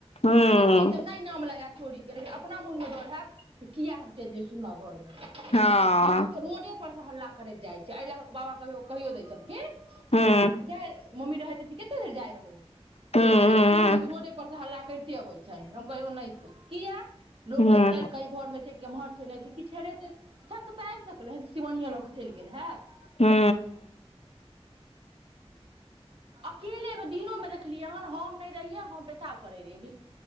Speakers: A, on the left; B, on the right.
A: हूँ
B: ठीक छै ई सब नहि नाम लगायत छोरीे लेकिन अपना मोनमे डर हयब किया हम चलि जाय सुना घरमे
A: हँ
B: हम रोडे परसँ हल्ला करैत जाइ छी एहि लए अहाँ बाबा कहियो कहियो दय छलखिन
A: हूँ
B: जा मम्मी रहैत कि कतेक देर जाइ रहो से
A: हूँ
B: ई
A: हूँ
B: की भेलो त रोडे पर से हल्ला करिते अबय छय हम कहलिय ओनहाईते किये लोक
A: हूँ
B: हेतय कई घर मे छय केम्हर छै नहि छै किछ हेेरेते सख तऽ आब सकलय ह सिवानियिया लऽ क चलि गेल हेत
A: हू
B: अकेलेमे दिनोमे देखलियै हन हम नहि रहियै हम पेशाब करैत रहीय